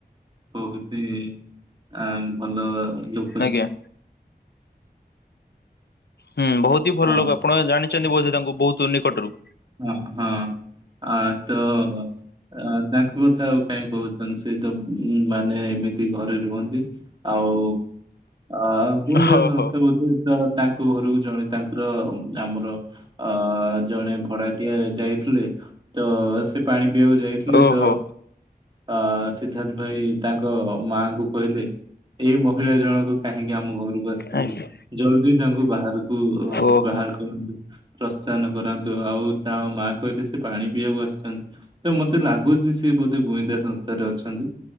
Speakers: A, on the right (about 30°); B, on the left (about 85°).
A: ବହୁତ ହି ଆଁ ଭଲ ଲୋ
B: ଆଜ୍ଞା। ହୁଁ, ବହୁତ ହି ଭଲ
A: ଆଉ
B: ଲୋକ। ଆପଣ ଜାଣିଛନ୍ତି ବୋଧେ ତାଙ୍କୁ ବହୁତ ନିକଟରୁ?
A: ହଁ, ହଁ, ଆ ତ ଅ ତାଙ୍କ କଥା ଆଉ କାଇହିଁ କହୁଛନ୍ତି ସେ ତ ମାନେ ଏମିତି ଘରେ ରୁହନ୍ତି। ଆଉ ଆଉ ଗୁଇନ୍ଦା
B: ହଁ
A: ସଂସ୍ଥା
B: ହଉ
A: ବୋଧେ ତ ତାଙ୍କ ଘରକୁ ଜଣେ ତାଙ୍କର ଆମର ଅ ଜଣେ ଭଡା ଟିଆ ଯାଇଥିଲେ। ତ ସେ ପାଣି ପିଇବାକୁ ଯାଇଥିଲେ
B: ଓହୋ
A: ତ ଅ ସିଦ୍ଧାର୍ଥ ଭାଇ ତାଙ୍କ ମାଙ୍କୁ କହିଲେ ଏଇ ମହିଳା ଜଣଙ୍କ କାହିଁକି ଆମ ଘରକୁ ଆସିଛନ୍ତି?
B: ଆଜ୍ଞା
A: ଜଲଦି ତାଙ୍କୁ ବାହାରକୁ
B: ଓହୋ।
A: ବାହାର କରନ୍ତୁ, ପ୍ରସ୍ଥାନ କରାନ୍ତୁ। ତ ଆଉ ତା ମା କହିଲେ ସେ ପାଣି ପିଇବାକୁ ଆସିଛନ୍ତି। ତ ମତେ ଲାଗୁଚି ସେ ବୋଧେ ଗୁଇନ୍ଦା ସଂସ୍ଥାରେ ଅଛନ୍ତି?